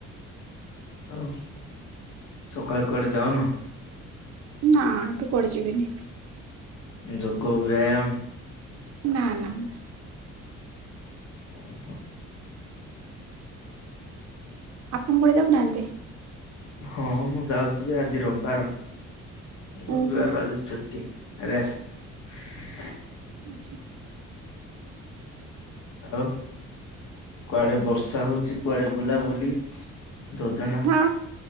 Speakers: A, on the left; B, on the right.
A: ଆଉ ସକାଳ କୁଆଡେ ଯାଉନ?
B: ନା ଏବେ କୁଆଡେ ଯିବିନି।
A: ଯୋଗୋ ବ୍ୟାୟାମ?
B: ନା ନା ନା।
A: ଉଁ ହୁଁ।
B: ଆପଣ କୁଆଡେ ଯାଉନାହାନ୍ତି?
A: ହଁ ମୁଁ ଯାଉଛି ଯେ ଆଜି ରବିବାର। ରବିବାର
B: ଓହୋ
A: ଆଜି ଛୁଟି। ରେଷ୍ଟ
B: ଆଛା।
A: ଆଉ କୁଆଡେ ବର୍ଷା ହଉଛି କୁଆଡେ ବୁଲାବୁଲି। ଯୋଜନା
B: ନା